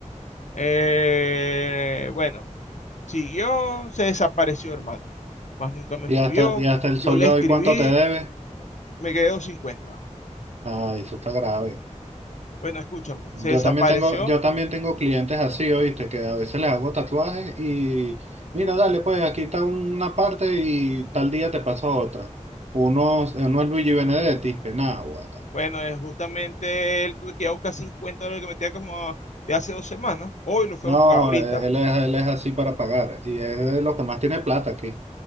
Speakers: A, on the left (about 65°); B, on the right (about 60°).
A: Eh, bueno, siguió, se desapareció, hermano. Más nunca me
B: ¿Y
A: escribió.
B: hasta, y hasta el sol
A: Yo le
B: de
A: escribí,
B: hoy cuánto te debe?
A: me quedó 50.
B: Ay, eso está grave.
A: Bueno, escúchame,
B: Yo
A: se desapareció.
B: también tengo, yo también tengo clientes así, ¿oíste? Que a veces les hago tatuajes y mira, dale, pues aquí está una parte y tal día te pasa otra. Uno, uno es Luigi Benedetti, que nada, guarda.
A: Bueno, es justamente él tuve que ir a buscar 50 dólares que me tenía como de hace dos semanas. Hoy lo fue
B: No,
A: a buscar, ahorita.
B: eh, él es, él es así para pagar y es de los que más tiene plata aquí.